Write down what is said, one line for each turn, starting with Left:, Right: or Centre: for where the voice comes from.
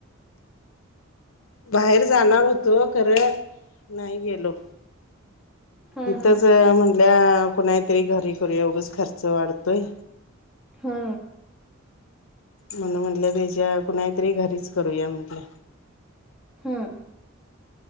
Left: बाहेर जाणार होतो खरं नाही गेलो.
Centre: हा
Left: इथच
Centre: हा
Left: म्हणल्या कुणाच्यातरी घरी करूया उगच खर्च वाढतोय.
Centre: हा.
Left: म्हणून म्हंटलं त्याच्या कुणाच्यातरी घरीच करूया म्हटलं.
Centre: हां.